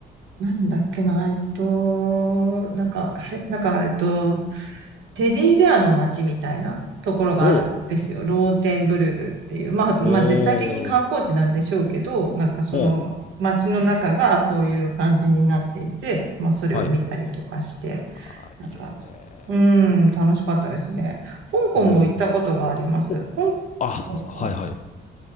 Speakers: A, on the right (about 80°); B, on the left (about 40°).
A: なんだっけな、えっと、なんか、あれ、なんか、えっと、テディベアの街みたいなところがあるんですよ。
B: ほう。
A: ローテンブルグっていう。まあ、
B: おー。
A: まあ、絶対的に観光地なんでしょうけど、なんかその街の中がそういう感じになっていて、
B: おー。
A: まあ、それを見たりとかして、
B: はい。あー、
A: なんか、
B: いいですね。
A: うーん、楽しかったですね。香港も行ったことがあります。
B: もう、お、
A: 香港は、
B: あ、そうですか。はいはい。